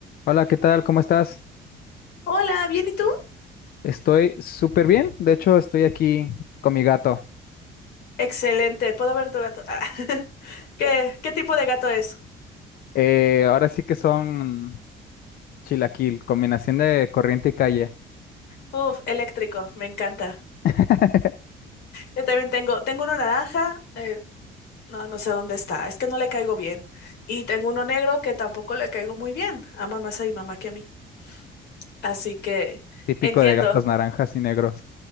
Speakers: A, on the left; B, on the left.
A: Hola, ¿qué tal? ¿Cómo estás?
B: Hola, ¿bien y tú?
A: Estoy súper bien. De hecho, estoy aquí con mi gato.
B: Excelente, puedo ver tu gato. Ah, <laughs> ¿Qué, qué tipo de gato es?
A: Eh, ahora sí que son chilaquil, combinación de corriente y calle.
B: Uf, eléctrico, me encanta.
A: <laughs>
B: Yo también tengo, tengo uno naranja, eh, no, no sé dónde está, es que no le caigo bien. Y tengo uno negro que tampoco le caigo muy bien, ama más a mi mamá que a mí. Así que
A: Típico
B: entiendo.
A: de gatos naranjas y negros.